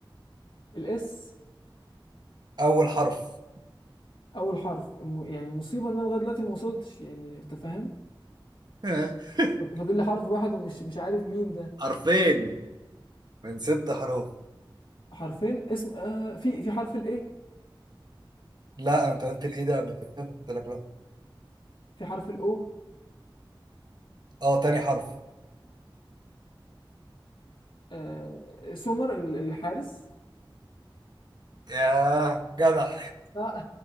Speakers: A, on the left; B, on the right.
A: الاس
B: أول حرف
A: اول حرف م- يعني مصيبه ان انا لغايه دلوقتي ما وصلتش يعني انت فاهم
B: <laughs>
A: فاضل لي حرف واحد ومش مش عارف مين ده
B: حرفين من ست حروف
A: حرفين اسم آه في في حرف الايه
B: لا انت قلت الايه ده قبل كده قلت لك لا
A: في حرف الاو
B: اه تاني حرف
A: آه سومر ال- الحارس
B: ياه جدع
A: لا